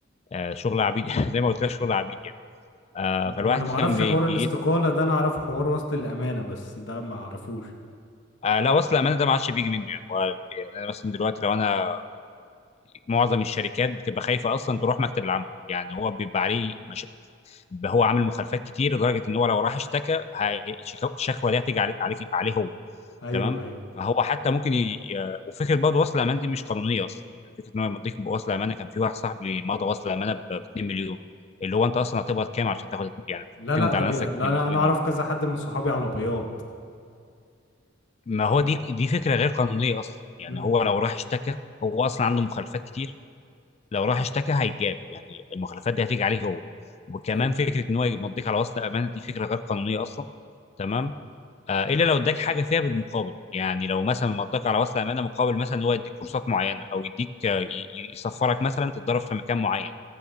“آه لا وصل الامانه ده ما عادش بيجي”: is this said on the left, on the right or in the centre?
Left